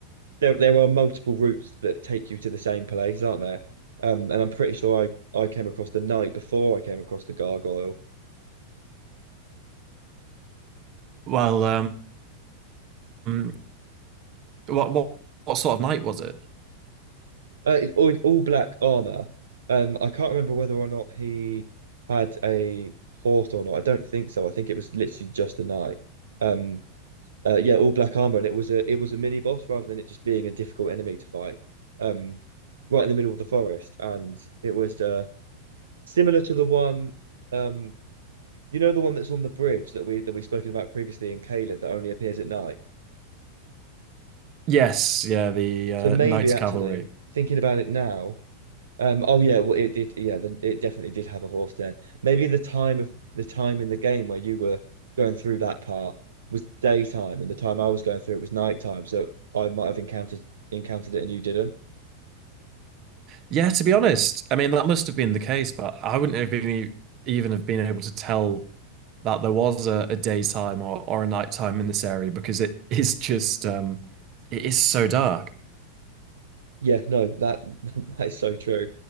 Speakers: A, on the right (about 65°); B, on the right (about 35°).
A: there there are multiple routes that take you to the same place, aren't there? Um, and I'm pretty sure I I came across the knight before I came across the gargoyle.
B: Well, um, mm, what what what sort of knight was it?
A: Uh, it's all, all black armor. Um, I can't remember whether or not he had a horse or not. I don't think so. I think it was literally just a knight. Um, uh, yeah, all black armor, and it was a it was a mini boss rather than it just being a difficult enemy to fight. Um, right in the middle of the forest, and it was uh, similar to the one um You know the one that's on the bridge that we that we've spoken about previously in Caled that only appears at night.
B: Yes, yeah, the uh,
A: So maybe
B: Knights
A: actually
B: Cavalry.
A: thinking about it now, um, oh yeah, well it did, yeah, then it definitely did have a horse den. Maybe the time of the time in the game where you were going through that part was daytime, and the time I was going through it was nighttime. So I might have encountered encountered it and you didn't.
B: Yeah, to be honest, I mean that must have been the case, but I wouldn't have been e- even have been able to tell that there was a, a daytime or, or a nighttime in this area because it <laughs> is just um it is so dark.
A: Yeah, no, that that is so true.